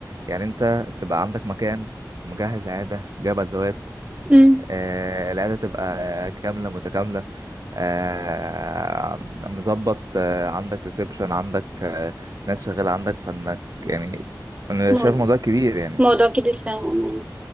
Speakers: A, on the right; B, on the right.
A: يعني أنت تبقى عندك مكان مجهز عيادة جايب أدوات
B: امم
A: آه، العيادة تبقى كاملة متكاملة آه، مظبط آه، عندك ريسبشن عندك آه، ناس شغالة عندك فانك يعني انا
B: مو-
A: شايف موضوع كبير يعني
B: موضوع كبير فعلا يعني.